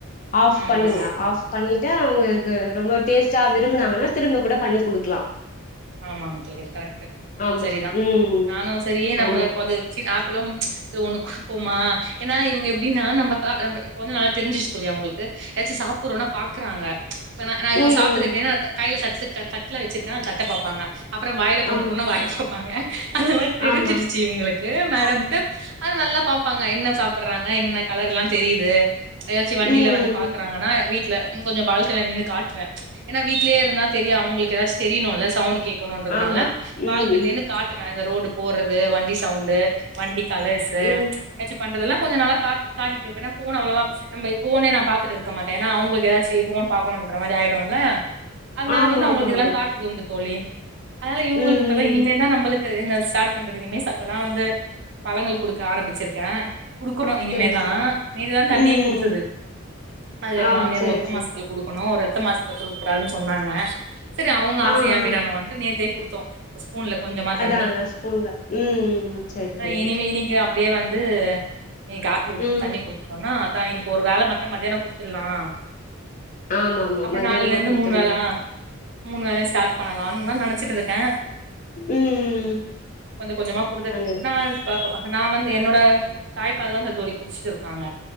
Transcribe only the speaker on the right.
ம்
ஆ
ஆமாங்க தோழி கரெக்ட்டு
சேரிதான்
நானும் சேரியே நம்மள
இப்போது வச்சி ஆப்பிளும் சேரி ஒண்ணு குடுப்போமா ஏன்னா இவங்க எப்டின்னா நம்ம நம் இப்ப வந்து நல்ல தெரிஞ்ச்சு தோழி அவுங்களுக்கு ஏதாச்சும் சாப்பறோம்னா பாக்குறாங்க இப்ப நா நா இவன்
சாப்பிடுறது
எப்டினா த கையில சட் தட் தட்டுல வச்சிருக்கன்னா தட்ட பார்ப்பாங்க அப்பறம் வாயில கொண்டு
போனா வாய பாப்பாங்க அந்த மாரி தெரிஞ்சிருச்சு
இவங்க ளுக்கு மேடம்க்கு அது நல்லா பார்ப்பாங்க என்ன சாப்பறாங்க என்ன கலர்ல்லா தெரிது ஏதாச்சும் வண்டியில
வந்து பார்க்குறாங்கன்னா வீட்ல ம் கொஞ்சம் பால்கனில நின்னு காட்டுவேன் ஏன்னா வீட்லயே இருந்தா தெரிய அவங்களுக்கு ஏதாச்சும் தெரியணும் இல்ல சவுண்ட் கேக் க்கனுன்றதுனால
பால்கன்னி
இருந்து காட்டுவேன் இந்த ரோடு போடுறது வண்டி சவுண்டு வண்டி கலர்ஸ்சு
ஏதாச்சும் பண்றது எல்லாம் கொஞ்சம் நல்ல காட் காட்டிட்டு இருப்பேனா ஏன்னா போன் அவ்ளோவா நம்ம போன நான் பார்த்துட்டு இருக்க மாட்டேன்னா அவங்களுக்கு ஏதாச்சுபோன் பார்க்கணுன்னுற மாரி ஆய்டும்ல அதனால
வந்து அவங்களுக்கு
இது
எல்லாம் காட்டுறது உண்டு தோழி அதனால இவங்களுக்கு
இப்ப
இனிமேல்தான் நம்மளுக்கு இந்த ஸ்டார்ட் பண்றது இனிமேல் சாப்ட்டா தான் வந்து பழங்கள் குடுக்க ஆரம்பிச்சிருக்கேன் குடுக்கணும் இனிமேதான்
நேத்துதான் தண்ணீயே
குடுத்தது அது வேற
மாமியார்
ஒத்த
மாசோ த்துல குடுக்கணும் இரட்ட மாசத்துல குடுக்க கூடாதுன்னு சொன்னாங்க சேரி அவுங்க ஆசைய
ஏன்
விடனுட்டு நேத்தே குடுத்தோம் ஸ்பூன்லகொஞ்சமா
தண்ணி
இனி இன்னைக்கு அப்டியே வந் வந்து இன்னைக்கு ஆப்பிள் வுட்டுட்டு
தண்ணி குடுத்துட்டோம்னா அதான் இன்னைக்கு ஒரு வேல மட்டும் மத்தியானம் குடுத்துடலாம்
அப்பறம்
நாளைல இருந்து
மூணு வேலா அ மூணு வேலையா ஸ்டார்ட் பண்ணலாம்ன்னு நான் நினைச்சிட்டு இருக்கேன்
கொஞ்சம் கொஞ்சமா குடுத்துட்
நா பாப்பா நான் வந்து என்னோட தாய்ப்பால் தான் தோழி குடிச்சுட்டு இருக்காங்க